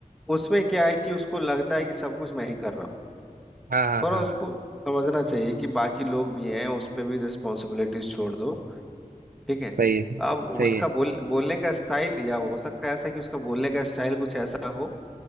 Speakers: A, in the centre; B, on the right.
A: उसमें क्या है कि उसको लगता है कि सब कुछ मैं ही कर रहा हूँ
B: हाँ हाँ
A: थोड़ा
B: हाँ
A: उसको
B: हाँ,
A: समझना चाहिए कि बाकी लोग भी हैं उस पर भी रिस्पॉन्सिबिलिटीज छोड़ दो ठीक है
B: सही है
A: अब
B: सही
A: उसका
B: है
A: बोल बोलने का स्टाइल या हो सकता है ऐसा कि उसका बोलने का स्टाइल कुछ ऐसा हो